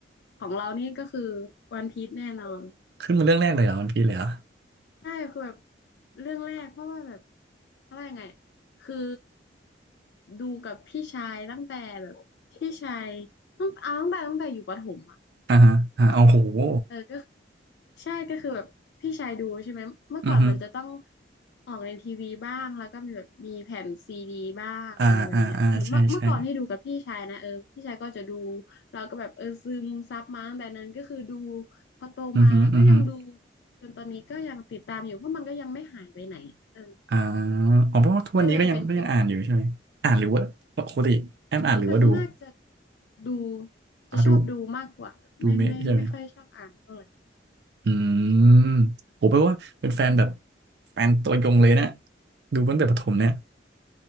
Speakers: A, on the left; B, on the right.
A: ของเรานี่ก็คือวันพี e แน่นอน
B: ขึ้นมาเรื่องแรกเลยเหรอวันพีเลยเหรอ
A: ใช่คือแบบเรื่องแรกเพราะว่าแบบเพราะว่ายังไงคือดูกับพี่ชายตั้งแต่แบบพี่ชายตั้งเอาตั้งแต่ตั้งแต่อยู่ประถมอะ
B: อ่าฮะอ่าเอาโห
A: เออก็ใช่ก็คือแบบพี่ชายดูใช่ไหมเมื่อก่อนมันจะต้อง
B: อือฮึ
A: ออกในทีวีบ้างแล้วก็มีแบบมีแผ่นซีดีบ้างอะไรแบบเนี้ยเหมือนเมื่อเมื่อก่อนที่ดูกับพี่ชายนะเออพี่ชายก็จะดู
B: อ่าอ่าอ่าใช่ใช่
A: เราก็แบบเออซึมซับมาตั้งแต่นั้นก็คือดูพอโตมาแล้วก็ยังดู
B: อือหืออือหือ
A: จนตอนนี้ก็ยังติดตามอยู่เพราะมันก็ยังไม่หายไปไหนอะเออ
B: อ่าอ๋อเพราะว่าทุกวันนี้ก็ยังก็ยังอ่านอยู่ใช่ไหมอ่านหรือว่าปกติแอมอ่านหรือว่าดู
A: ก็เลยเป็นกระแต่ส่วนมากจะดู
B: อ๋อดู
A: จะชอบดูมากกว่าแบบไม่ไม่ไม่ค่อยชอบอ่านเท่าไหร่
B: ดูเมะใช่ไหมอืมโหแปลว่าเป็นแฟนแบบแฟนตัวยงเลยนะดูตั้งแต่ประถมเนี่ย